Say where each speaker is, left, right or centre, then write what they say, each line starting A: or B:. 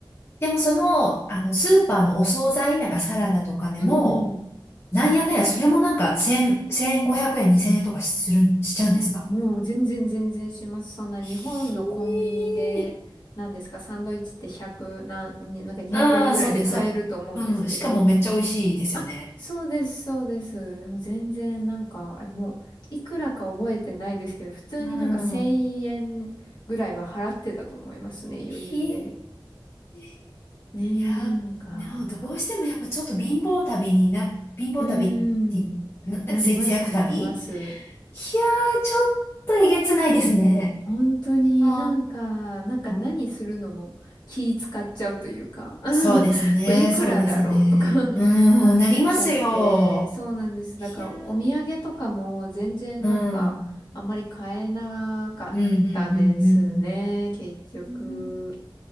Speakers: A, on the left; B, on the left.
A: でもその、あの、スーパーのお惣菜、なんかサラダとかでも、
B: うんうん。
A: なんやかんや、それもなんか1000、1500円、2000円とかする、しちゃうんですか
B: うん、もう全然全然します。そんな日本のコンビニで、
A: ひー。
B: なんですか、サンドイッチって100、なん、になんか200円ぐらいで買えると思うんですけど、
A: ああ、そうです、そうです。うん。しかもめっちゃ美味しいですよね。
B: あ、そうです、そうです。でも全然なんか、えもう、いくらか覚えてないですけど、普通になんか1000円ぐらいは払ってたと思いますね、
A: うん。
B: 余裕で。
A: へえ、
B: ねえ、
A: いや、
B: なんか、
A: でもどうしてもやっぱちょっと貧乏旅にな、貧乏旅って、
B: うーん、
A: な、なんか節約旅いや
B: なります、なります。
A: ー、ちょっとえげつないですね。
B: 本当になんか、
A: あ
B: なんか何するのも気使っちゃうというか
A: あ、
B: <laughs>
A: そうですね、
B: これいくらだろうとか
A: そうですね。うーん、
B: <laughs> 思っちゃって、
A: なりますよ。
B: そうなんです。
A: いやー、
B: だからお土産とかも全然なんかあんまり買えなかったですね、
A: うん、うん、うん、うん、うん。
B: 結局。
A: うん